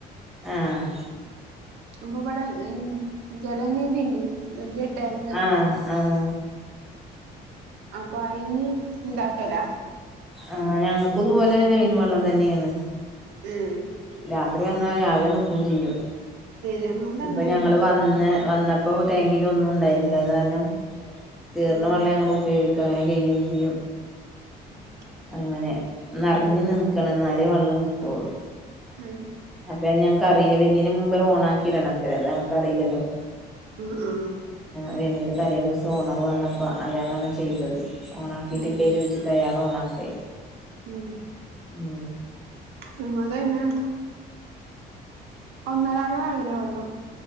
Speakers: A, in the centre; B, on the right (about 80°).
A: ആഹ്
B: ഇപ്പൊ ഇവിടെ ജലനിധി ഇല്ലേ വല്യ ടാങ്ക്
A: ആഹ് ആഹ്
B: അപ്പൊ അയിന്ന് ഇണ്ടാക്കലാ
A: ആഹ് ഞങ്ങൾക്കും ഇതുപോലെ ലൈൻ വെള്ളം തന്നെയാണ്
B: ഉം
A: രാത്രി വന്നാ രാവിലെ നിക്കും ചെയ്യും,
B: ഞങ്ങൾത്
A: അപ്പൊ
B: അങ്ങനെല്ല
A: ഞങ്ങള് വന്ന് വന്ന പ്പൊ ടാങ്കില് ഒന്നും ഉണ്ടായിരുന്നില്ല അത് കാരണം കേറ്ണ
B: ഉം
A: വെള്ളം ഞങ്ങൾ ഉപയോഗിക്ക അങ്ങനെ കഴിയും ചെയ്യും
B: ഉം
A: അങ്ങനെ നിറഞ്ഞു നിൽക്കണം എന്നാലേ വെള്ളം കിട്ടുള്ളൂ
B: ഉം
A: അപ്പൊ ഞങ്ങക്ക് അറിയില്ല വരുന്നീന് മുമ്പേ ഓൺ ആക്കിടണം അത് ഞങ്ങക്കറിയില്ലല്ലോ
B: ഉം ഉം
A: പിന്നീട് തലേ ദിവസം ഓണർ വന്നപ്പോ അയാളാണ് ചെയ്തത് ഓണാക്കിയിട്ടില്ലേ
B: ഉം
A: ചോദിച്ചി ന്നട്ട് അയാളോണാക്കാ ചെ
B: ഉം
A: ഉം
B: ഞങ്ങൾത് പിന്നെ ഒന്നരാള വരൊള്ളു